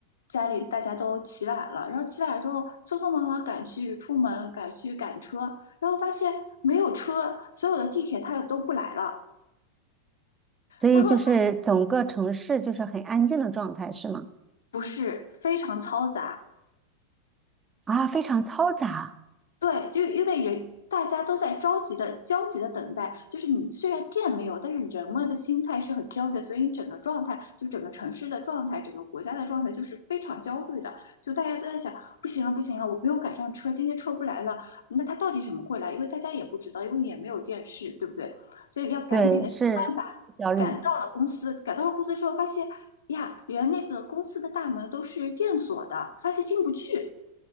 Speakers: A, on the left; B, on the right.
A: 家里大家都起晚了。然后起晚了之后，匆匆忙忙赶去出门，赶去赶车，然后发现没有车，所有的地铁它也都不来了。
B: 所以就是整个城市就是很安静的状态，
A: 然后
B: 是吗？
A: 不是非常嘈杂，
B: 啊，非常嘈杂，
A: 对，就因为人大家都在着急的、焦急的等待，就是你虽然电没有，但是人们的心态是很焦虑的，所以你整个状态，就整个城市的状态，整个国家的状态就是非常焦虑的。就大家都在想，不行了，不行了，我没有赶上车，今天车不来了。那他到底什么会来？因为大家也不知道，因为也没有电视，对不对？所以要赶紧的想办法
B: 对，是焦虑，
A: 赶到了公司。赶到了公司之后，发现呀，连那个公司的大门都是电锁的，发现进不去。